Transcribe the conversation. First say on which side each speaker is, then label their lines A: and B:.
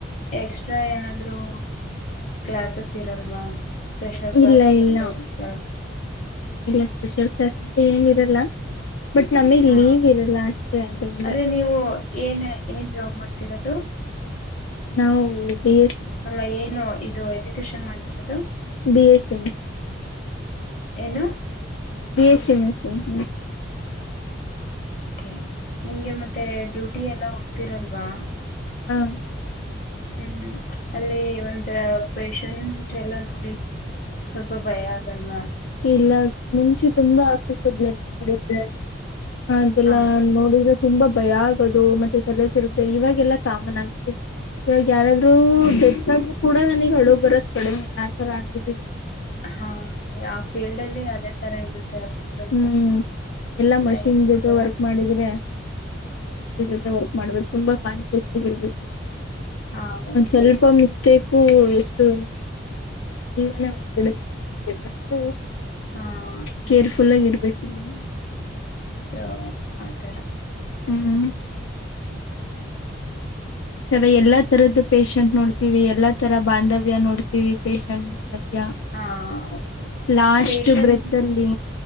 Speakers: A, on the left (about 40°); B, on the left (about 80°).
A: ಎಕ್ಸ್ಟ್ರಾ ಏನಾದ್ರು. ಕ್ಲಾಸಸ್ ಇರಲ್ವಾ. ಸ್ಪೆಷಲ್ ಕ್ಲಾಸಸ್
B: ಇಲ್ಲ ಇಲ್ಲ
A: ಅಂತ ಇರುತ್ತೆ.
B: ಇಲ್ಲ ಸ್ಪೆಷಲ್ ಕ್ಲಾಸ್ ತೆ ಏನ್ ಇರಲ್ಲ. ಬಟ್ ನಮಿಗ್
A: ಹಾ
B: ಲೀವ್ ಇರಲ್ಲ ಅಷ್ಟೇ ಅದೊಂದೆ.
A: ಅಂದ್ರೆ ನೀವು ಏನ್ ಏನ್ ಜಾಬ್ ಮಾಡ್ತಿರೋದು
B: ನಾವು ಬಿ ಎಸ್
A: ಅಲ್ಲ ಏನು. ಇದು ಎಜುಕೇಷನ್ ಮಾಡ್ತಿರೋದು.
B: ಬಿ ಎಸ್ ಎನ್
A: ಏನು.
B: B S C nursing.
A: ಹೆ ನಿಮ್ಗೆ ಮತ್ತೆ ಡ್ಯೂಟಿ ಎಲ್ಲ ಹೋಗ್ತಿರಲ್ವಾ.
B: ಹಾ.
A: ಹ್ಮ್ ಅಲ್ಲಿ ಒಂಥರ ಪೆಷಂಟ್ ಎಲ್ಲ ನೋಡಿ ಸ್ವಲ್ಪ ಭಯ ಆಗಲ್ವಾ.
B: ಇಲ್ಲ ಮುಂಚೆ ತುಂಬಾ ಆಗ್ತಿತ್ತು ಬ್ಲಡ್ ಮಾಡಿದ್ರೆ. ಹ ಅಂತೆಲ್ಲಾ
A: ಹಾ
B: ನೋಡಿದ್ರೆ ತುಂಬಾ ಭಯ ಆಗೋದು ಮತ್ತೆ ತಿರ್ಗತೆ ಇವಾಗೆಲ್ಲ ಕಾಮನ್ ಆಗ್ಬಿಟ್ಟಿದೆ ಇವಾಗ್ ಬ ಯಾರಾದ್ರೂ
A: ಹ
B: ಡೆತ್ತಗ್ ಕೂಡ ನನಿಗ್ ಹಳು ಬರದ್ ಕಡಿಮ್ ಆ ತರ ಆಗ್ಬಿಟ್ಟಿದೆ.
A: ಹಾಂ ಆ ಫೀಲ್ಡ್ ಅಲ್ಲಿ ಅದೇ. ತರ ಇರುತ್ತೆ ಅಲ್ವಾ ಸ್ವಲ್ಪ
B: ಹ್ಮ್ ಎಲ್ಲಾ ಮಷಿನ್
A: ಲೈಕ್
B: ಜೊತೆ
A: ಹ
B: ವರ್ಕ್ ಮಾಡಿದ್ರೆ. ನಾವ್ ಮನುಷ್ಯರ್ ಜೊತೆ ವಾರ್ಕ್ ಮಾಡ್ಬೇಕು ತುಂಬಾ ಕಾನ್ಶಿಯಸ್ ಆಗಿರ್ಬೇಕ್.
A: ಹಾ
B: ಒಂದ್
A: ಓಕೆ
B: ಸ್ವಲ್ಪ ಮಿಸ್ಟೇಕು ಎಷ್ಟು. ಜೀವನ ಒಬೇಕು ಅಷ್ಟು <inaudible>
A: ಹಾ ಹಾ
B: ಕೇರ್ಫುಲ್ ಆಗಿ ಇರ್ಬೇಕು ಇಲ್ಲಿನು
A: ಸೊ ಆ ತರ
B: ಹ್ಮ್ ತರ ಎಲ್ಲಾ ತರದ್ದು ಪೇಶಂಟ್ ನೋಡ್ತಿೀವಿ ಎಲ್ಲಾ ತರ ಬಾಂಧವ್ಯ ನೋಡ್ತಿೀವಿ ಪೇಶಂಟ್ ಮಧ್ಯ್ಯಾ
A: ಹಾ ಹೌದು ಹೌದು
B: ಲಾಸ್ಟ್
A: ಪೇಶಂಟ್
B: ಬ್ರೆತ್ ಅಲ್ಲಿ